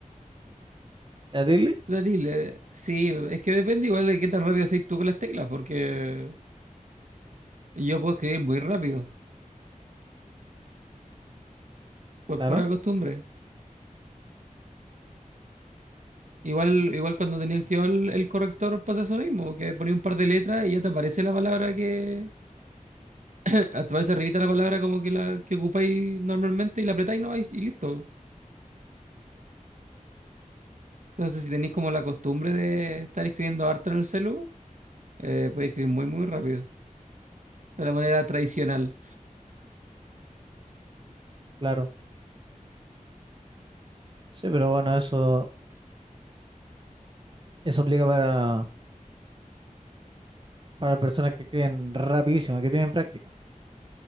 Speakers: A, on the right; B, on the right.
A: ¿Es decirle?
B: Debatible. Sí, es que depende igual de qué tan rápido seas tú con las teclas, porque yo puedo escribir muy rápido, por
A: Claro,
B: pura costumbre. Igual, igual cuando tenía activado el, el corrector pasa eso mismo, que ponía un par de letras y ya te aparece la palabra que... <laughs> Te aparece arribita la palabra como que la que ocupáis normalmente y la apretáis no, y, y listo. Entonces si tenéis como la costumbre de estar escribiendo harto en el celu, eh, podéis escribir muy muy rápido, de la manera tradicional.
A: claro. Sí, pero bueno, eso, <clears throat> eso aplica para, para personas que escriben rapidísimo, que tienen práctica.